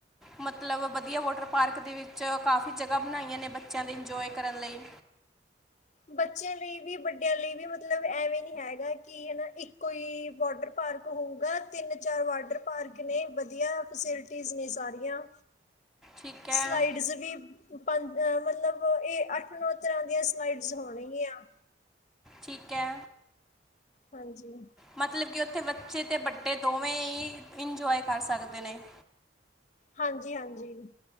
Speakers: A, in the centre; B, on the left (about 40°).
A: ਮਤਲਬ ਵਧੀਆ ਵਾਟਰ ਪਾਰਕ ਦੇ ਵਿੱਚ ਕਾਫੀ ਜਗ੍ਹਾ ਬਣਾਈਆਂ ਨੇ ਬੱਚਿਆਂ ਦੇ ਇੰਜੋਏ ਕਰਨ ਲਈ
B: ਬੱਚਿਆਂ ਲਈ ਵੀ ਵੱਡਿਆਂ ਲਈ ਵੀ ਮਤਲਬ ਐਵੇਂ ਨੀ ਹੈਗਾ ਕਿ ਹਨਾ ਇੱਕੋ ਹੀ ਵਾਟਰ ਪਾਰਕ ਹੋਊਗਾ ਤਿੰਨ-ਚਾਰ ਵਾਟਰ ਪਾਰਕ ਨੇ ਵਧੀਆ ਫੈਸਿਲਿਟੀਜ ਨੇ ਸਾਰੀਆਂ।
A: ਠੀਕ ਹੈ
B: ਸਲਾਈਡਸ ਵੀ ਪਾਨ ਮਤਲਬ ਇਹ ਅੱਠ-ਨੌ ਤਰ੍ਹਾਂ ਦੀਆਂ ਸਲਾਈਡ ਹੋਣਗੀਆਂ।
A: ਠੀਕ ਐ।
B: ਹਾਂਜੀ।
A: ਮਤਲਬ ਕਿ ਉੱਥੇ ਬੱਚੇ ਤੇ ਬਡੇ ਦੋਵੇਂ ਹੀ ਇੰਜੋਏ ਕਰ ਸਕਦੇ ਨੇ। <inaudible>
B: ਹਾਂਜੀ-ਹਾਂਜੀ।